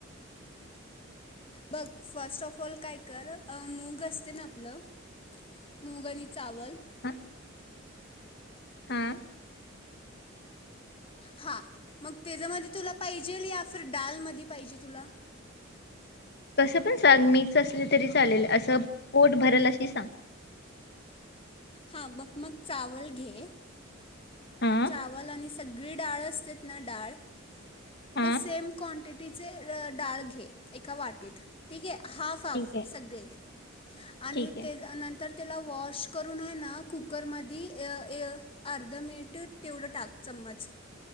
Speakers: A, on the left; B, on the left.
A: बघ फर्ट ऑफ ऑल काय कर ग मूग असते ना आपलं मूग आणि चावल.
B: हा. हा
A: हा मग त्याच्यामध्ये तुला पाहिजे या डालमध्ये पाहिजे तुला.
B: कसं पण सांग मिक्स असले तरी चालेल असं. पोट भरल अशी सांग.
A: हा मग मग चावल घे.
B: हा
A: चावल आणि सगळी डाळ असते ना डाळ
B: हा
A: ते सेम क्वांटिटीचे डाळ घे एका वाटीत ठीक आहे. हाफ हाफ
B: ठीक आहे
A: सगंले. आणि
B: ठीक आहे
A: नंतर त्याला वॉश करून आहे ना कुकरमध्ये य य अर्धा मिनिट तेवढं टाक चमच.